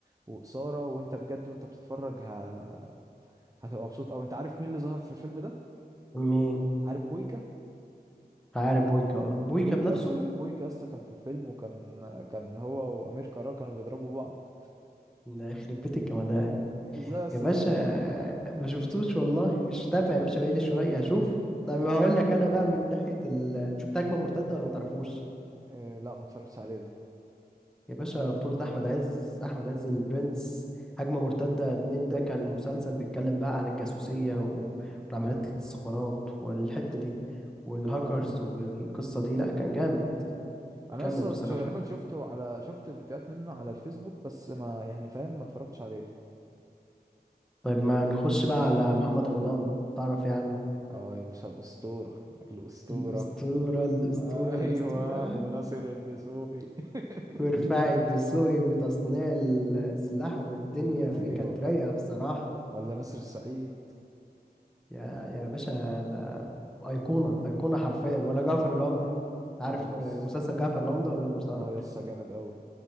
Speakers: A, on the right (about 20°); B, in the centre.
A: وإثارة وانت بجد وانت بتتفرج ه... هتبقى مبسوط أوي انت عارف مين اللي ظهر في الفيلم ده؟
B: مين؟
A: عارف بويكا؟
B: عارف بويكا أه. بويكا
A: بويكا
B: بنفسه؟
A: أصلا بويكا أصلا كان في الفيلم وكان كان هو وأمير كرارة كانوا بيضربوا بعض
B: ده يخرب بيت الجمدان
A: ازاي أصلا
B: يا باشا
A: متفرجتش عليه؟
B: ما شفتوش والله مش تابع يا باشا بقالي شوية هشوف طب
A: <laughs>
B: هقول لك أنا بقى من ناحية ال... تشوف هجمة مرتدة ولا ما تعرفوش؟
A: إيه لا متفرجتش عليه ده
B: يا باشا بطولة أحمد عز أحمد عز البرنس هجمة مرتدة اتنين ده كان مسلسل بيتكلم بقى عن الجاسوسية و- والعمليات الاستخبارات والحتة دي والهاكرز
A: اه
B: والقصة دي لأ كان جامد
A: انا
B: جامد
A: اصلا
B: بصراحة
A: تقريبا شفته على شفت فيديوهات منه على الفيسبوك بس ما يعني فاهم ما اتفرجتش عليه
B: طيب ما نخش بقى على محمد رمضان تعرف يعني عنه؟
A: اه يا باشا الاسطوره الاسطوره
B: الأسطورة
A: <laughs>
B: الأسطورة
A: آه
B: الأسطورة
A: ايوه وناصر الدسوقي <laughs>
B: <laughs> ورفاع الدسوقي وتصنيع السلاح والدنيا فيه
A: ايوه
B: كانت رايقة بصراحة
A: ولا نسر السعيد
B: يا يا باشا ده ايقونه ايقونه حرفيا ولا جعفر العمده عارف
A: اه يس
B: آه، مسلسل جعفر العمده ولا مش عارف
A: اه يس جامد قوي